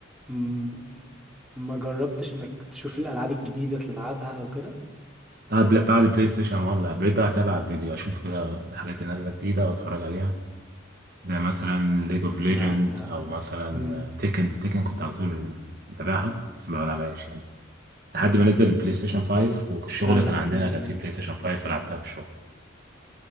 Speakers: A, in the centre; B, on the right.
A: مم. ما جربتش انك تشوف الالعاب الجديده تلعبها او كده
B: بعد بلا- بعد بلاي ستيشن 1 لا بقيت بقى أتابع الفيديو أشوف كده الحاجات اللي نازلة جديدة وأتفرج عليها زي مثلا ليج أوف ليجند
A: لا لا
B: أو مثلا
A: مم.
B: تيكن تيكن كنت على طول متابعها بس ما بلعبهاش يعني لحد ما نزل البلاي
A: مم.
B: ستيشن 5 والشغل
A: لا لا
B: كان عندنا
A: انت
B: كان
A: ال...
B: فيه بلاي ستيشن 5 فلعبتها في الشغل